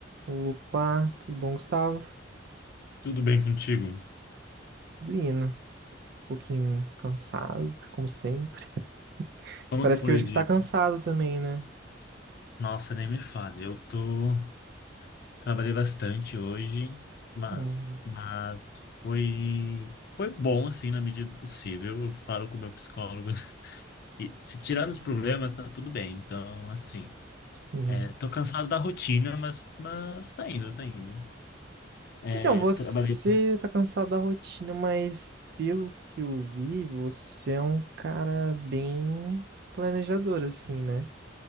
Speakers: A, on the right; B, on the left.
A: Opa, tudo bom, Gustavo?
B: Tudo bem contigo?
A: Tudo indo. Um pouquinho cansado, como sempre. Você
B: Como
A: parece
B: que foi
A: que hoje
B: o
A: que
B: dia?
A: tá cansado também, né?
B: Nossa, nem me fale. Eu tô... Trabalhei bastante hoje, ma-
A: Uhum.
B: mas, foi... Foi bom, assim, na medida do possível. Eu falo com o meu psicólogo <laughs> que se tirar os problemas, tá tudo bem. Então, assim,
A: Uhum.
B: é, tô cansado da rotina, mas, mas tá indo, tá indo. É,
A: Então, você
B: trabalhei...
A: tá cansado da rotina, mas pelo que eu vi, você é um cara bem planejador, assim, né?